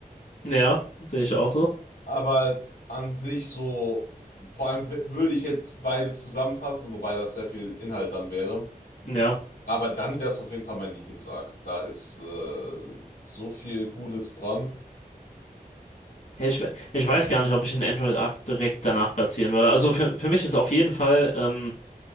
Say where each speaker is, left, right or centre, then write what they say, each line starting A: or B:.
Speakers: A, on the left; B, on the left.
A: Ja, sehe ich auch so.
B: Aber an sich so, vor allem w- würde ich jetzt beides zusammenfassen, wobei das sehr viel Inhalt dann wäre.
A: Ja.
B: Aber dann wäre es auf jeden Fall mein Lieblingsarc. Da ist äh, so viel Cooles dran.
A: Ja, Ich, we- ich weiß gar nicht, ob ich den Android-Arc direkt danach platzieren würde. Also für, für mich ist auf jeden Fall. Ähm,